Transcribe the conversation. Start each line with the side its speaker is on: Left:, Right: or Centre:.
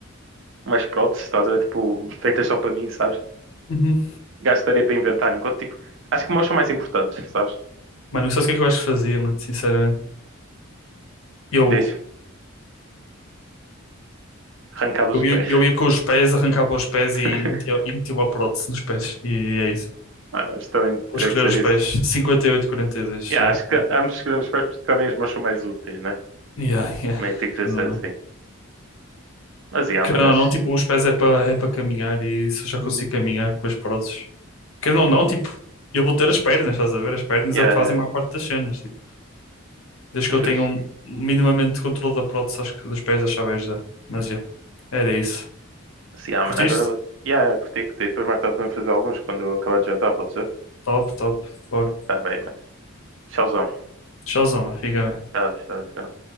Right: umas próteses, estás a ver? Tipo, feitas só para mim, sabes?
Left: Uhum.
Right: Gastaria para inventar, enquanto tipo, acho que meus são mais importantes, sabes?
Left: Mano, não sabes o que é que eu acho que fazia, mano? Sinceramente. Eu,
Right: Deixa, arrancava os
Left: eu,
Right: pés.
Left: ia, eu ia com os pés, arrancava os pés
Right: <laughs>
Left: e metia, e metia uma prótese nos pés. E é isso.
Right: Mano, acho que também
Left: Vou
Right: teria
Left: escolher
Right: que ser
Left: os
Right: isso.
Left: pés. 58-42,
Right: Yeah,
Left: yeah.
Right: acho que ambos escolhemos os pés porque também os meus são mais úteis, né?
Left: Yeah, yeah.
Right: Também tem que
Left: Querendo
Right: ser
Left: ou não.
Right: assim. Mas yeah,
Left: Querendo
Right: mano, acho.
Left: ou não, tipo, os pés é para é para caminhar e se eu já
Right: Uhum,
Left: consigo caminhar com as próteses. Querendo ou não,
Right: uhum.
Left: tipo, eu vou ter as pernas, estás a ver? As pernas
Right: Yeah,
Left: é o que fazem a maior parte das cenas. Tipo, desde
Right: é
Left: que
Right: justo.
Left: eu tenha um minimamente controle da prótese, acho que dos pés achava ajudar. Mas, já, yeah, era isso.
Right: Assim, ah,
Left: Curtiste?
Right: mano, agora vou. Yeah, yeah, curti, curti. Depois mais tarde podemos fazer alguns quando eu acabar de jantar, pode ser?
Left: Top, top. Bora.
Right: Tá bem, mano. Tchauzão.
Left: Tchauzão, mano. Fica bem.
Right: Tchau, tchau, tchau.